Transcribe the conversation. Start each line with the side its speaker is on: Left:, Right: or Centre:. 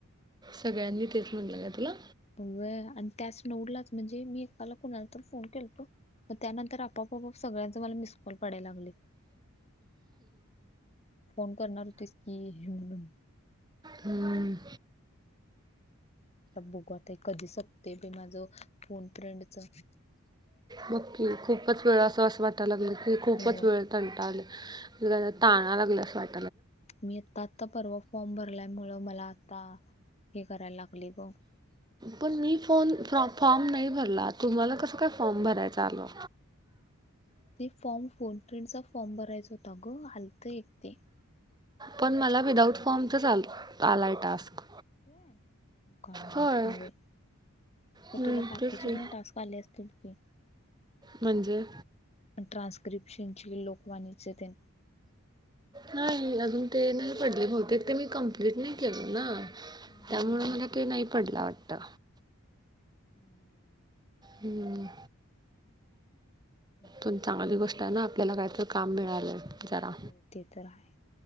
Right: सगळ्यांनी तेच म्हणलं का तुला?
Left: व्हय आणि त्याच <unintelligible> म्हणजे मी एकाला कुणाला तर फोन केलतो. मग त्यानंतर आपोआपच सगळ्यांचं मला मिस कॉल पडायला लागलेत. फोन करणार होतीस की हे म्हणून
Right: हम्म.
Left: आता बघु आता कधी सपतय बाई माझं फोन फ्रेंडच.
Right: बघ की खूपच वेळ असं असं वाटायला लागलंय की खूपच
Left: होय
Right: वेळ कंटाळलोय. <unintelligible> ताणा लागल्या अस वाट
Left: मी आता आता परवा फॉर्म भरल्यामुळं मला आता हे करायला लागले ग.
Right: पण मी फोन फ-फॉर्म नाही भरला, तुम्हाला कसं काय फॉर्म भरायच आलं?
Left: ते फॉर्म फोन फ्रेंडचा फॉर्म भरायचा होता ग आलतं एक ते.
Right: पण मला विदाउट फॉर्मचाच आल आलाय टास्क.
Left: होय? काय माहित
Right: होय
Left: नाही बाई मग
Right: हम्म
Left: तुला बाकीचे
Right: तेच की
Left: पण टास्क आले असतील की.
Right: म्हणजे?
Left: आणि ट्रान्स्क्रिप्शनची, लोकवाणीचे तेन.
Right: नाही अजून ते नाही पडले बहुतेक ते मी कंप्लीट नाही केल ना.
Left: हम्म
Right: त्यामुळे
Left: हम्म हम्म
Right: मला काही नाही पडला वाटतं.
Left: हम्म.
Right: हम्म.
Left: मग ते
Right: पण चांगली गोष्ट आहे ना, आपल्याला काहीतरी काम मिळालंय जरा.
Left: होय ते तर आहे